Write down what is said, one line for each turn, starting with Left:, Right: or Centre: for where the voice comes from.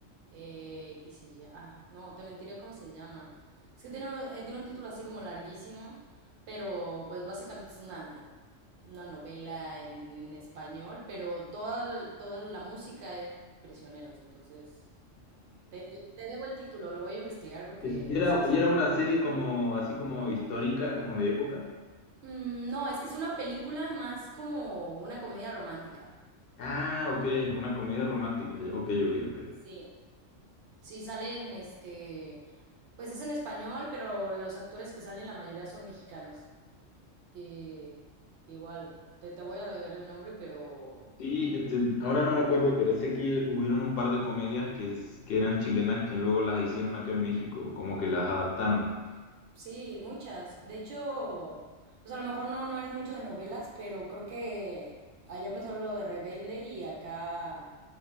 Right: eh, que se llama... Ah, no, te mentiría cómo se llama. Es que tiene, eh, tiene un título así como larguísimo, pero pues básicamente es una, una novela en, en español, pero toda, toda la música es de prisioneros. Entonces, te, te te debo el título, lo voy a investigar porque...
Left: es- y era,
Right: sí,
Left: y era una serie como, así como histórica, como de época.
Right: Mm, no, es que es una película más como una comedia romántica.
Left: Ah, ok, una comedia romántica. ya, Ok, ok, ok.
Right: Sí. Sí, salen, este, pues es en español, pero los actores que salen la mayoría son mexicanos. Eh, igual, te, te voy a deber el nombre, pero
Left: Sí, este, ahora no me acuerdo, pero sé que hubieron un par de comedias que, es- que eran chilenas que luego las hicieron acá en México, como que las adaptaron.
Right: sí, muchas. De hecho, pues a lo mejor no, no eres mucho de novelas, pero creo que allá empezó lo de Rebelde y acá,